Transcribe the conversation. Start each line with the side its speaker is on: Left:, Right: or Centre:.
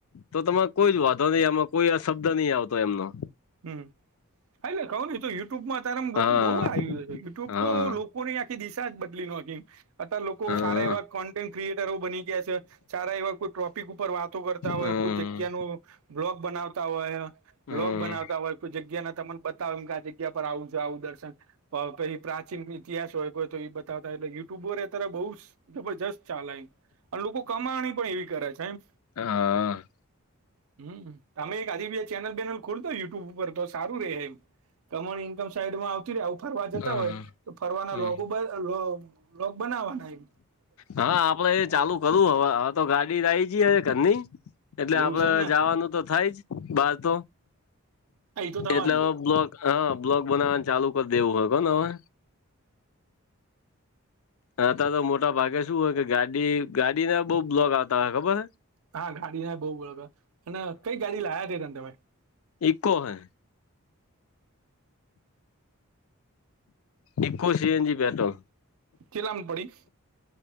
Left: તો તમારે કોઈ જ વાંધો નહી એમાં કોઈ અ શબ્દ નહી આવતો એમનો.
Right: હમ્મ હાને કવ ને ઇતો યુટ્યુબમાં અત્યારે આમ
Left: હા
Right: લોકો બઉ ઉ આવ્યું યુટ્યુબ
Left: હા
Right: તો લોકોની આખી દિશા જ બદલી નોખી અ લોકો
Left: હા
Right: સારા એવા કોન્ટેન્ટ ક્રિએટરો બની ગ્યા છે સારા એવા કોઈ ટો પિક ઉપર વાતો કરતા હોય
Left: હમ
Right: કોઈ જગ્યા નું બ્લોગ બનાવતા હોય
Left: હમ
Right: બ્લોગ બના તા હોય કોઈ જગ્યા ના તમન બતાવ ઈમ કે આ જગ્યા પર આવું જો આવું દર્શન પ પહિ પ્રાચીન ઇતિહાસ હોય કોઈ તો ઈ બતાવતા એટલે યુટ્યુબોરે અતારે બઉજ જબરજસ્ત ચાલેય ઈમ અને લોકો કમાણી પણ એવી કરે છે એમ
Left: હ અ
Right: હમ્મ તમે એક ખાધી બે આજ બે ચેનલ બેનલ ખોલ દો યુ ટુબ પર તો સારું રેહે તમારી ઈનકમ સાઇડ માં આવ આવું ફરવા જતા
Left: હા
Right: હોય તો ફરવાના
Left: હમ
Right: લોગો લોગ બ્લોગ બનાવવાના ઈમ
Left: હા આપડે એ ચાલુ કરું હવ હવ તો ગાડી લાય જી હ ઘરની એટલે
Right: એવું
Left: આપડે
Right: છે એમ ને
Left: જાવાનું તો થાય જ બાર તો
Right: હા એ તો થવાનું
Left: એટલે હવે
Right: જ
Left: બ્લોગ હ બ્લોગ બનાવાનું ચાલુ કર દેવું હોન હવે હ અતાર તો મોટા ભાગે શું હોય કે ગાડી ગાડીને બઉ બ્લોગ આવતા હોય ખબર હે
Right: હા ગાડી ના બહુ બ્લોગ અને કઈ ગાડી લાયા તે તન તમે
Left: ઇક્કો હે. Eeco C. N. G. Petrol
Right: ચેટલામ પડી